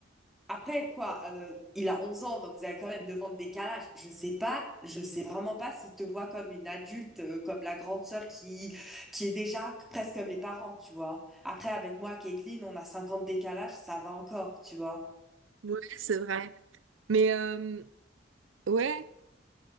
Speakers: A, in the centre; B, on the right (about 85°).
A: après, quoi, euh, il a 11 ans, donc vous avez quand même devant le décalage. Je sais pas, je sais vraiment pas s'il te voit comme une adulte, euh, comme la grande sœur qui, qui est déjà presque comme les parents, tu vois. Après, avec moi, Caitlin, on a 50 décalage, ça va encore, tu vois.
B: Ouais, c'est vrai. Mais euh, ouais,